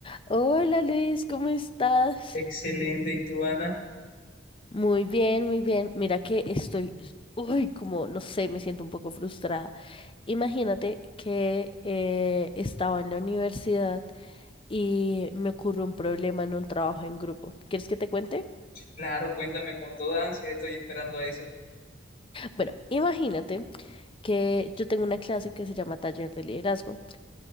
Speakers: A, on the left; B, on the left.
A: Hola Luis, ¿cómo estás?
B: Excelente, ¿y tú, Ana?
A: Muy bien, muy bien. Mira que estoy, uy, como, no sé, me siento un poco frustrada. Imagínate que eh, estaba en la universidad y me ocurre un problema en un trabajo en grupo. ¿Quieres que te cuente?
B: Claro, cuéntame con toda ansia, estoy esperando a eso.
A: Bueno, imagínate que yo tengo una clase que se llama Taller de Liderazgo.